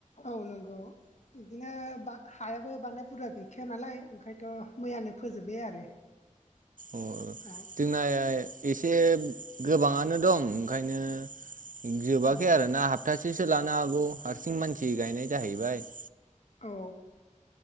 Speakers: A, on the left; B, on the right.
A: औ नंगौ। बिदिनो हायाबो बानदाय बुरजा गैखाया नालाय ओंखायनोथ' मैयानो फोजोब्बाय आरो।
B: अ
A: औ
B: जोंना एसे गोबाङानो दं ओंखायनो। जोबाखै
A: औ
B: आरो ना हप्तासेसो लानो हागौ हारसिं मानसि गायनाय जाहैबाय।
A: औ।